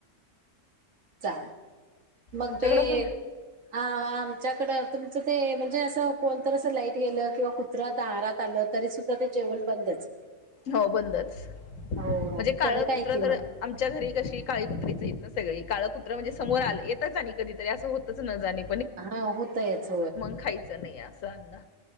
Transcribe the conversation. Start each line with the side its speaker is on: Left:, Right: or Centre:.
Right: चालेल मग
Left: आमच्याकडे
Right: ते
Left: पण
Right: ह तुमचाकडं तुमचं ते म्हणजे अस कोणत तर अस लाईट गेल किंवा कुत्र दारात आलं तरीसुद्धा ते केबल बंदच
Left: हो बंदच
Right: हो
Left: म्हणजे काळं
Right: कडक
Left: कुत्रं
Right: आहे कि
Left: तर
Right: मग
Left: आमच्या घरी कशी काळी कुत्रीेच आहेत ना सगळे काळ कुत्र म्हणजे समोर आले येतच आणि कधीतरी असं होतच न जाणे
Right: हा होतयच
Left: मग खायचं नाही असं अन्न